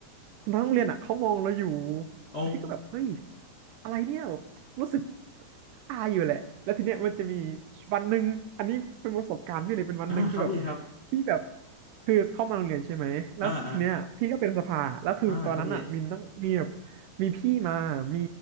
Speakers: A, on the right; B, on the left.
A: น้องโรงเรียนอ่ะเขามองเราอยู่
B: โอ้
A: แล้วพี่ก็แบบเฮ้ยอะไร รู้สึกอายอยู่แหละแล้วทีเนี้ยมันจะมีวันหนึ่งอันนี้เป็นประสบการณ์พี่เลยเป็นวันหนึ่งคือแบบ
B: อ่าครับพี่ครับ
A: พี่แบบคือเข้ามาโรงเรียนใช่ไหมแล้วทีเนี้ยพี่ก็เป็นสภาแล้วคือตอนนั้นอ่ะมีนักมีแบบ
B: อ่าอ่าอ่าครับพี่
A: มีพี่มามี